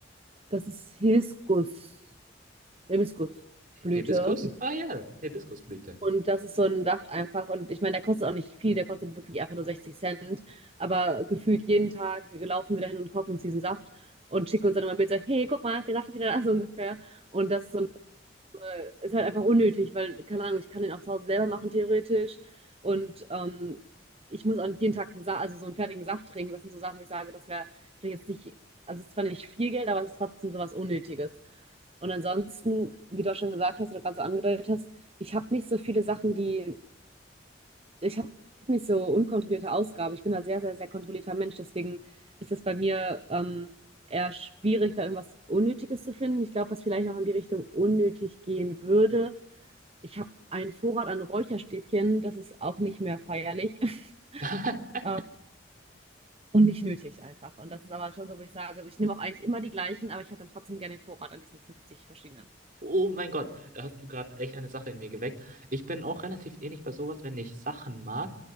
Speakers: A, on the right; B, on the right.
A: das ist Hibiskus, Hibiskusblüte.
B: Hibiskus? Ah ja, Hibiskusblüte.
A: Und das ist so ein Saft einfach. Und ich meine, der kostet auch nicht viel, der kostet wirklich einfach nur 60 Cent. Aber gefühlt jeden Tag laufen wir dahin und kaufen uns diesen Saft und schicken uns dann immer ein Bild so, hey, guck mal, der Saft ist wieder da, so ungefähr. Und das ist so Äh, ist halt einfach unnötig, weil, keine Ahnung, ich kann den auch zu Hause selber machen, theoretisch. Und ähm, ich muss auch nicht jeden Tag einen Sa also so einen fertigen Saft trinken. Das sind so Sachen, wo ich sage, das wäre vielleicht jetzt nicht, also es ist zwar nicht viel Geld, aber es ist trotzdem sowas Unnötiges. Und ansonsten, wie du auch schon gesagt hast oder gerade so angedeutet hast, ich habe nicht so viele Sachen, die ich habe nicht so unkontrollierte Ausgabe. Ich bin da sehr, sehr, sehr kontrollierter Mensch. Deswegen ist es bei mir ähm, eher schwierig, da irgendwas Unnötiges zu finden. Ich glaube, was vielleicht noch in die Richtung unnötig gehen würde. Ich habe einen Vorrat an Räucherstäbchen. Das ist auch nicht mehr feierlich. <laughs>
B: <laughs>
A: Ähm, und nicht nötig einfach. Und das ist aber schon so, wo ich sage, also ich nehme auch eigentlich immer die gleichen, aber ich habe dann trotzdem gerne den Vorrat an diesen 50 verschiedenen.
B: Oh mein Gott, da hast du gerade echt eine Sache in mir geweckt. Ich bin auch relativ ähnlich bei sowas, wenn ich Sachen mag,